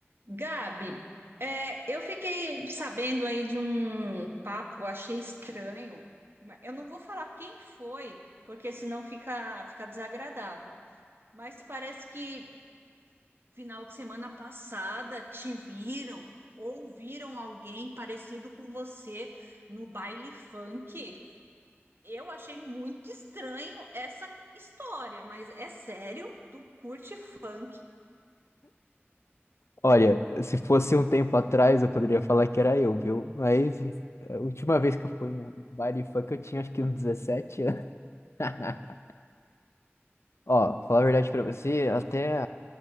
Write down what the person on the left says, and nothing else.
Olha, se fosse um tempo atrás, eu poderia falar que era eu, viu? Mas eh, a última vez que eu fui no baile funk, eu tinha acho que uns 17 anos. <laughs> Ó, falar a verdade pra você, até